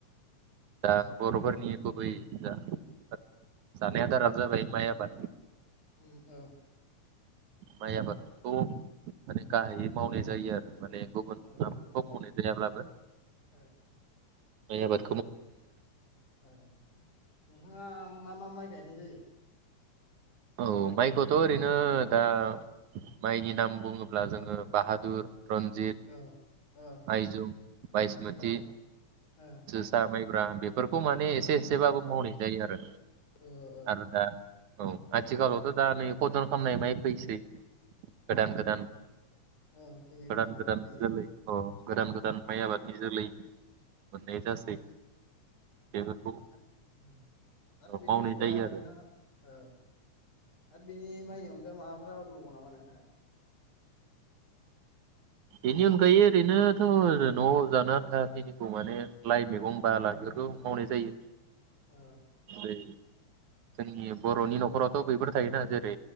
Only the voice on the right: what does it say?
दा बर'फोरनि गुबै जा-जानाय आदारा जाबाय माइ आबाद।
माइ आबादखौ माने गाहायै मावनाय जायो आरो। माने गुबुन
आबादखौ
मावनाय जायाब्लाबो
माइ आबाद
औ माइखौथ ओरैनो दा माइनि नाम बुङोब्ला जोंङो बाहादुर रन्जित,
आइजुम, बायसमथि,
जोसा माइ। ब्रा बेफ बेफोरखौ माने
एसे एसेबाबो
मावनाय जायो आरो
आरो दा औ। आथिखालावथ दा नै खदन खालामनाय माइ फैसै गोदान
गोदान
गोदान गोदान
जोलै अ गोदान गोदान माइ आबादनि जोलै। मोननाय जासै बेफोरखौ
मावनाय
जायो आरो
बेनि अनगायै ओरैनो न'आव जानो आन्था खिनिखौ माने लाइ मेगं बाला बेफोरखौ मावनाय जायो।
ओरै जोंनि बर'नि नखरावथ' बैफोर थायोना जेरै